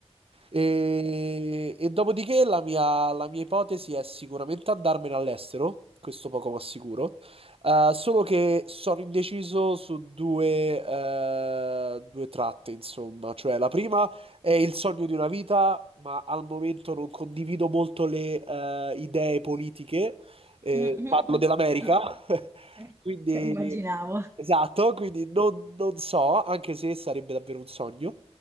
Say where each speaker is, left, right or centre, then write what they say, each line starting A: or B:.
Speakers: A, on the right; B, on the right.
A: E, e dopodiché la mia, la mia ipotesi è sicuramente andarmene all'estero, questo poco ma sicuro. Eh, solo che sono indeciso su due, eh, due tratte, insomma. Cioè, la prima è il sogno di una vita, ma al momento non condivido molto le, eh, idee politiche eh,
B: mhm.
A: parlo dell'America,
B: Is-
A: <laughs>
B: <laughs>
A: quindi
B: Immaginavo.
A: esatto, quindi non, non so, anche se sarebbe davvero un sogno.